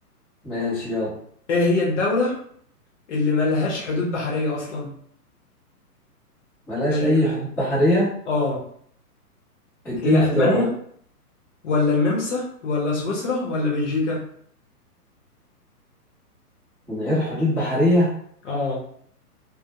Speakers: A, in the centre; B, on the left.
A: ماشي يلا
B: ايه هي الدولة اللي ملهاش حدود بحرية اصلا
A: ملهاش
B: هي
A: أي حدود بحرية
B: اه
A: اديني
B: هي
A: اختيارات
B: المانيا ولا النمسا ولا سويسرا ولا بلجيكا
A: من غير حدود بحرية
B: اه